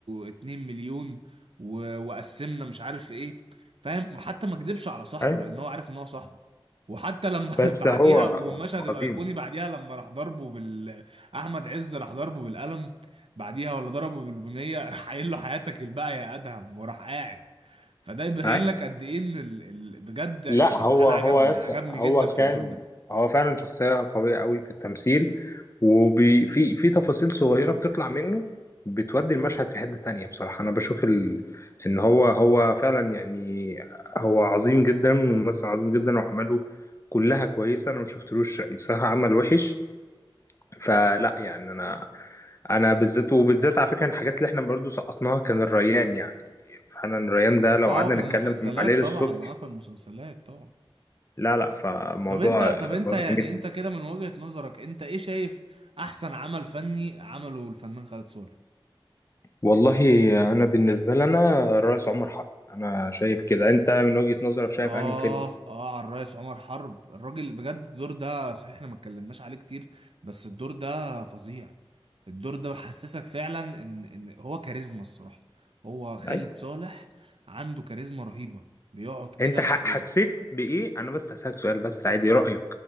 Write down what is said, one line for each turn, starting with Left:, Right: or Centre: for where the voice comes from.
Right: اتنين مليون و... وقسمنا مش عارف ايه فاهم وحتى ما كدبش على صاحبه
Left: ايوه
Right: لان هو عارف ان هو صاحبه وحتى لما
Left: بس
Right: <laughs> بعديها
Left: هو
Right: والمشهد
Left: هو
Right: الايقوني
Left: عظيم
Right: بعديها لما راح ضربه بال احمد عز راح ضربه بالقلم بعديها ولا ضربه بالبنيه <laughs> راح قايل له حياتك الباقيه يا ادهم وراح قاعد فده يبين
Left: اي
Right: لك قد ايه ان ال... ال... بجد يعني
Left: لا هو
Right: انا
Left: هو
Right: عجبني
Left: يس
Right: عجبني
Left: هو
Right: جدا في
Left: كان
Right: الدور ده
Left: هو فعلا شخصية قوية قوي في التمثيل وفي في في تفاصيل صغيرة بتطلع منه بتودي المشهد في حتة تانية بصراحة أنا بشوف ال... إن هو هو فعلا يعني هو عظيم جدا ممثل عظيم جدا وأعماله كلها كويسة أنا مشفتلوش صراحة عمل وحش فلا يعني أنا أنا بالذات وبالذات على فكرة الحاجات اللي إحنا برضو سقطناها كان الريان يعني فعلا الريان ده لو
Right: اه
Left: قعدنا
Right: في المسلسلات
Left: نتكلم عليه للصبح
Right: طبعا اه في المسلسلات طبعا
Left: لا لا فموضوع
Right: طب انت طب انت
Left: موضوع
Right: يعني
Left: جميل
Right: انت كده من وجهة نظرك انت ايه شايف احسن عمل فني عمله الفنان خالد صالح
Left: والله انا بالنسبه لنا الرئيس عمر حرب انا شايف كده انت من وجهه نظرك شايف
Right: آه
Left: انهي فيلم
Right: آه على الرئيس عمر حرب الراجل بجد الدور ده صحيح احنا ما اتكلمناش عليه كتير بس الدور ده فظيع الدور ده حسسك فعلا إن إن هو كاريزما الصراحة هو خالد
Left: اي
Right: صالح عنده كاريزما رهيبة بيقعد كده
Left: انت ح-
Right: في
Left: حسيت بايه انا بس هسالك سؤال بس عادي رايك